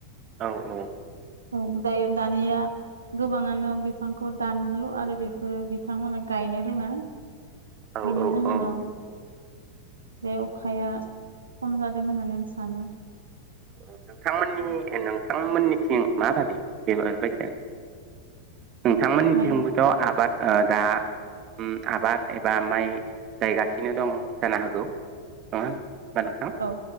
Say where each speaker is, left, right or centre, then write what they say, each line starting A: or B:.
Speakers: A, on the right (about 35°); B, on the right (about 70°).
A: औ औ औ
B: औ दायो दानिया गोबाङानो बिफांखौ दानोल' आरो बेफोरो बिथांमोना गायनो रोङा
A: औ
B: बेनि
A: औ
B: जाहोनाव
A: औ
B: बे अखाया खम जादों होननानै आं सानो।
A: औ नोंथांमोननि नोंथांमोननिथिं माबादि बेबो बायसा
B: <inaudible>
A: नोंथांमोननिथिंबोथ'
B: माइ
A: आबाद दा उम आबाद एबा माइ गायगासिनो दं जानो हागौ। नङा नोंथां
B: औ